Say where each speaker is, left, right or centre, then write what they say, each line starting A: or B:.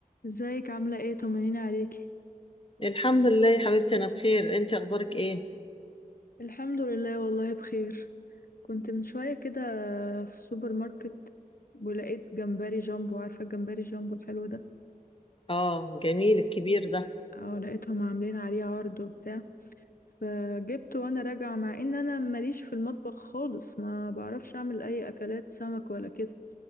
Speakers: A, on the left; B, on the left.
A: ازيك عاملة ايه طمنيني عليكي
B: الحمد لله يا حبيبتي انا بخير انت اخبارك ايه
A: الحمد لله والله بخير كنت من شوية كده في السوبر ماركت ولقيت جمبري جامبو عارفة الجمبري الجامبو الحلو ده
B: اه جميل الكبير ده
A: اه لقيتهم عاملين عليه عرض وبتاع فجبته وانا راجعة مع ان انا ماليش في المطبخ خالص ما بعرفش اعمل اي اكلات سمك ولا كده